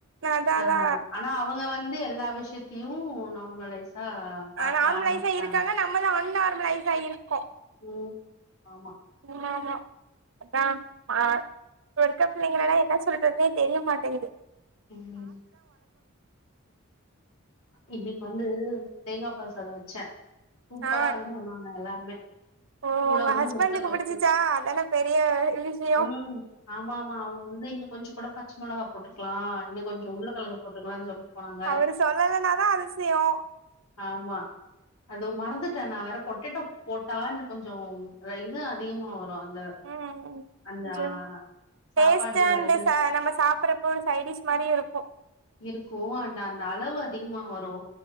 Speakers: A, on the right (about 60°); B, on the left (about 80°).
A: அதா
B: அ
A: அதா
B: ஆனா அவுங்க வந்து எல்லா விஷயத்திலியு நார்மலைஸ் அ பாக்க
A: நார்மலைஸ்
B: ஆரம்பிஷ்ட்டாங்க
A: ஆயிருக்காங்க நம்மதா அன்நார்மலைஸ்சா இருக்கோ
B: ம் ஆமா
A: ஆமா ஆமா அதா ஆ இப்ப இருக்க பிள்ளைங்களலா என்ன சொல்றதுன்னே தெரியமாட்டேங்குது
B: ம் இன்னிக்கு வந்து தேங்கா பால் சாதம் வச்ச சூப்பரா
A: ஆ
B: இருக்குனு சொன்னாங்க எல்லாருமே
A: ஓ
B: கூட
A: உங்க
B: வந்து
A: ஹஸ்பண்டுக்கு
B: முட்ட தொக்கு
A: பிடிச்சிச்சா அதான பெரிய விஷயோ
B: ம் ஆமா ஆமா அவுங்க வந்து இன்னு கொஞ்ச கூட பச்ச மொளகா போட்டுக்கலா இன்னு கொஞ்ச உருளகெழங்கு போட்டுருக்கலானு சொல்ட்டு போனாங்க
A: அவரு சொல்லலனாதா அதிசயோ
B: ஆமா அது மறந்துட்ட நா வேற பொட்டேட்டோ போட்டா இன்னு கொஞ்சோ இது அதிகமா வரு அந்த
A: ம்
B: அந்த
A: கொஞ்சோ
B: ஆ, சாப்பாடுல
A: டேஸ்டு அண்டு
B: அது
A: நம்ம சாப்பறப் ஒரு சைடிஷ் மாரி இருக்கு
B: இருக்கு அண்ட் அந்த அளவு அதிகமா வரு